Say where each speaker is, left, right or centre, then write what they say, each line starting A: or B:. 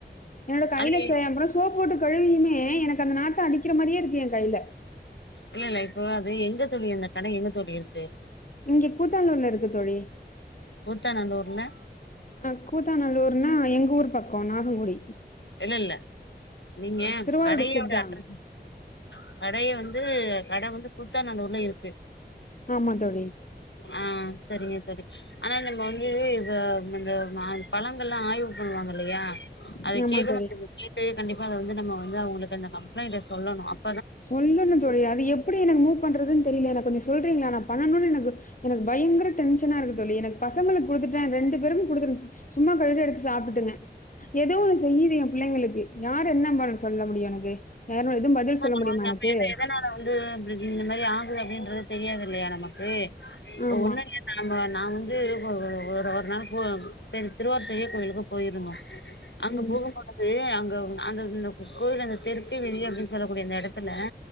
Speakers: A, on the left; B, on the left.
A: என்னோட கைல
B: அது
A: சேம்பு நா சோப் போட்டு கழுவியுமே எனக்கு அந்த நாத்தோ அடிக்கிற மாரியே இருக்கு எ கைல
B: இல்லல்ல இப்போ அது எங்க தோழி அந்த கட எங்க தோழி இருக்கு
A: இங்க கூத்தானூர்ல இருக்கு தோழி
B: கூத்தாநல்லூர்னா
A: அஹ் கூத்தாநல்லூர்னா எங்கூரு பக்கோ நாகுங்குடி
B: இல்லல்ல நீங்க
A: திருவாரூர்
B: கடையோட
A: டிஸ்ட்ரிக் தா
B: அட்ரஸு கடைய வந்து கட வந்து கூத்தாநல்லூர்ல இருக்கு
A: ஆமா தோழி
B: ஆஹ் செரிங்க செரி ஆனா நம்ம வந்து இத அந்த ஒரு நாலு பழங்கள்லா ஆய்வு பண்ணுவாங்க இல்லயா
A: ஏமாந்து
B: <unintelligible> அந்த ஜீ பே கண்டிப் மேல வந்து நம்ம வந்து அவ்ங்களுக்கு அந்த கம்ப்ளைண்ட்ட சொல்லணு அப்
A: சொல்லணு தோழி அது எப்டி எனக்கு மூப் பண்றதுன் தெரியல எனக் கொஞ்ச சொல்றீங்ளா நா பண்ணணுனு எனக்கு எனக்கு பயங்கர டென்ஷனாருக்கு தோழி எனக்கு பசங்களுக்கு குடுத்துட்டேன் ரெண்டு பேரும் குடுத்துன் சும்மா கடுக்கு எடுத்து சாப்பிட்டுங்க ஏதோ ஒன்னு செய்யுது என் புள்ளைங்களுக்கு யார் என்ன பதில் சொல்ல முடியும் எனக்கு யாரோ எதும் பதில்
B: பா
A: முடியுமா
B: எல்லாமே
A: எனக்கு
B: எதனால வந்து இந்த மாரி ஆகுது அப்டின்றது தெரியாதில்லையா நமக்கு
A: ஆமா
B: ஒண்ணு இல்ல நாம நான் வந்து ஒரு ஒரு ஒரு நாள் பொ திருவார்த்தைய கோயிலுக்கு போயிருந்தோம் அங்க
A: ம்
B: போகமானது அங்க அந்தந்த கோவில் அந்த தெருப் ட்டுவீதி அப்டின்னு சொல்லக்கூடிய அந்த எடத்துல